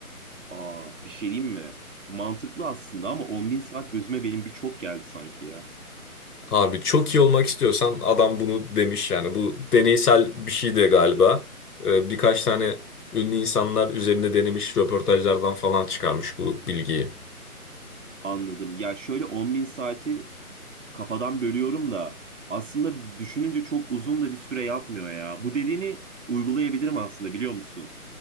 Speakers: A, on the right (about 55°); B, on the left (about 80°).
A: Aa, bir şey diyeyim mi? Mantıklı aslında ama 10 bin saat gözüme benim bir çok geldi sanki ya.
B: Abi çok iyi olmak istiyorsan adam bunu demiş yani bu deneysel bir şey de galiba. Ee, birkaç tane ünlü insanlar üzerinde denemiş röportajlardan falan çıkarmış bu bilgiyi.
A: Anladım. Ya şöyle 10 bin saati kafadan bölüyorum da aslında düşününce çok uzun da bir süre yapmıyor ya. Bu dediğini uygulayabilirim aslında biliyor musun?